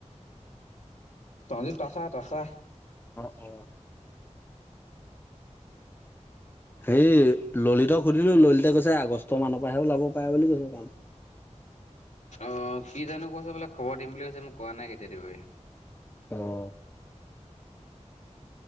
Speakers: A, on the left; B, on the left.
A: সঞ্জীৱ তাচা তাচা
B: অ অ। হেই ললিতক সুধিলো ললিতে কৈছে আগষ্ট মানৰ পৰাহে ওলাব পাৰে বুলি কৈছে কাম।
A: অ কি জানো কৈছে বোলে খবৰ দিম বুলি কৈছে মোক কোৱা নাই কেতিয়া দিব।
B: আহ।